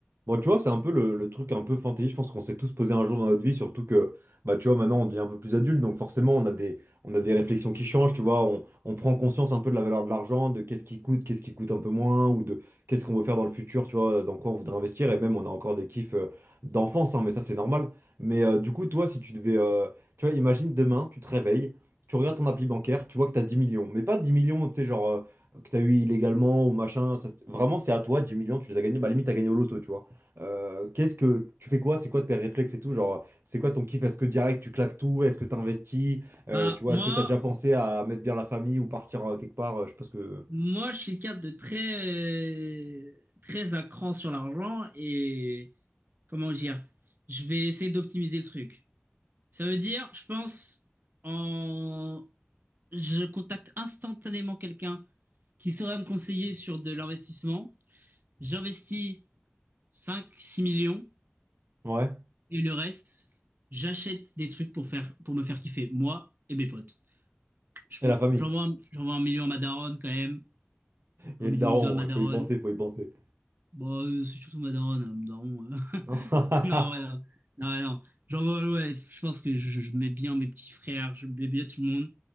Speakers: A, on the right; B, on the right.
A: Bon, tu vois, c'est un peu le, le truc un peu fantaisie, je pense qu'on s'est tous posé un jour dans notre vie, surtout que, bah, tu vois, maintenant on devient un peu plus adulte, donc forcément on a des, on a des réflexions qui changent, tu vois, on, on prend conscience un peu de la valeur de l'argent, de qu'est-ce qui coûte, qu'est-ce qui coûte un peu moins, ou de qu'est-ce qu'on veut faire dans le futur, tu vois, dans quoi on voudrait investir, et même on a encore des kiffs euh, d'enfance, hein, mais ça c'est normal. Mais euh, du coup, toi, si tu devais, euh, tu vois, imagine demain, tu te réveilles, tu regardes ton appli bancaire, tu vois que t'as 10 millions, mais pas 10 millions, tu sais, genre, euh, que t'as eu illégalement ou machin, ça- vraiment c'est à toi, 10 millions, tu les as gagnés, bah limite t'as gagné au loto, tu vois. Euh, qu'est-ce que tu fais quoi? C'est quoi tes réflexes et tout? Genre, c'est quoi ton kiff? Est-ce que direct tu claques tout? Est-ce que tu investis?
B: Bah,
A: tu vois,
B: moi,
A: est-ce que tu as déjà pensé à mettre bien la famille ou partir euh, quelque part? Euh, je pense que.
B: moi, je suis quelqu'un de très, euh, très à cran sur l'argent et comment dire, je vais essayer d'optimiser le truc. Ça veut dire, je pense, en, je contacte instantanément quelqu'un qui saurait me conseiller sur de l'investissement. J'investis cinq six millions
A: Ouais.
B: et le reste, j'achète des trucs pour faire, pour me faire kiffer, moi et mes potes. Je,
A: Et
B: m'en-
A: la famille.
B: j'envoie un, j'envoie un million à ma daronne quand même,
A: Et
B: un million
A: le daron,
B: ou deux à ma
A: il
B: daronne.
A: faut y penser, il faut y penser.
B: Bon, euh, c'est surtout ma daronne, hein, mon daron. euh. <laughs>
A: <laughs>
B: Non, voilà. Non, non. Genre, ouais, ouais, je pense que je, je mets bien mes petits frères, je mets bien tout le monde.